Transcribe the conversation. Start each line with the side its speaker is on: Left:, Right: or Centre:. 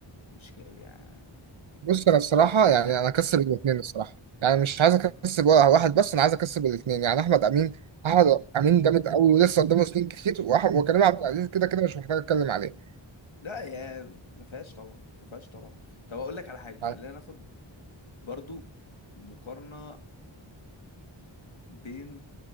Left: مش ك... يعني
Right: بص
Left: اللي
Right: أنا الصراحة
Left: هو ايه
Right: يعني
Left: ده
Right: أنا أكسب الاتنين الصراحة يعني مش عايز أكسب ولا واحد بس أنا عايز أكسب الاتنين يعني أحمد أمين أحمد أمين جامد أوي ولسه قدامه سنين كتير وأح- وكريم عبد العزيز كده كده مش محتاج أتكلم عليه
Left: لا يا ما فيهاش طبعا ما فيهاش طبعا طب اقول لك على حاجه خلينا
Right: يعني
Left: ناخد برضو مقارنه بين